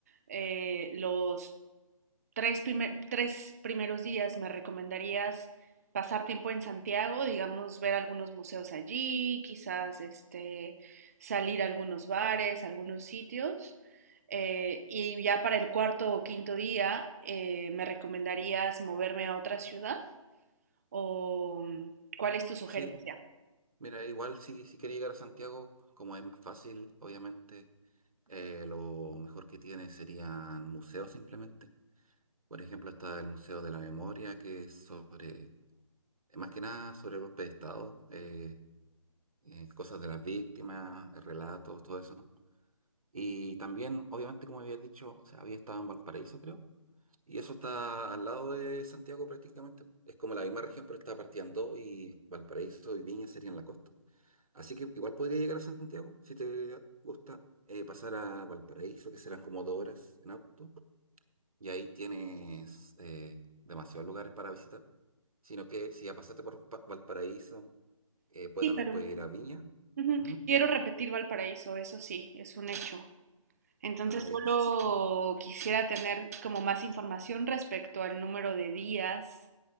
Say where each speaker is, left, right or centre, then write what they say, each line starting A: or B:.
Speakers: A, on the right; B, on the right.
A: eh, los tres, primer- tres primeros días me recomendarías pasar tiempo en Santiago, digamos, ver algunos museos allí, quizás este, salir a algunos bares, a algunos sitios. eh, y ya para el cuarto o quinto día, eh, ¿me recomendarías moverme a otra ciudad? ¿O mm, cuál es tu sugerencia?
B: Sí, mira, igual si, si quieres llegar a Santiago, como es más fácil, obviamente, eh, lo mejor que tiene serían museos simplemente. Por ejemplo, está el Museo de la Memoria, que es sobre, eh, más que nada sobre el golpe de Estado, eh, eh, cosas de las víctimas, eh, relatos, todo eso. Y también, obviamente, como había dicho, o sea, había estado en Valparaíso, creo. Y eso está al lado de Santiago prácticamente. Es como la misma región, pero está partida en dos y Valparaíso y Viña serían la costa. Así que igual podría llegar a Santiago si te gusta eh, pasar a Valparaíso, que serán como dos horas en auto. Y ahí tienes eh, demasiados lugares para visitar. Sino que si ya pasaste por Pa- Valparaíso, eh, pues
A: Sí,
B: también
A: pero
B: puedes ir a Viña.
A: ujú,
B: Ujú.
A: quiero repetir Valparaíso, eso sí, es un hecho. Entonces
B: Ah,
A: solo
B: ya.
A: quisiera tener como más información respecto al número de días